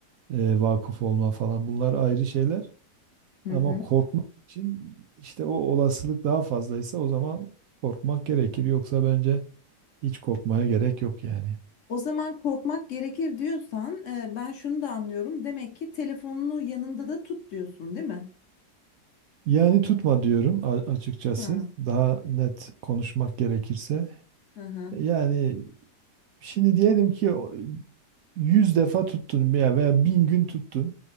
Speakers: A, on the right; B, on the left.
A: e, vakıf olma falan bunlar ayrı şeyler.
B: Hı
A: Ama
B: hı.
A: korkmak için işte o olasılık daha fazlaysa o zaman korkmak gerekir. Yoksa bence hiç korkmaya gerek yok yani.
B: O zaman korkmak gerekir diyorsan e, ben şunu da anlıyorum. Demek ki telefonunu yanında da tut diyorsun, değil mi?
A: Yani tutma diyorum a- açıkçası.
B: Hı
A: Daha net konuşmak gerekirse.
B: hı. hı.
A: Yani şimdi diyelim ki o- 100 defa tuttun veya veya 1000 gün tuttun.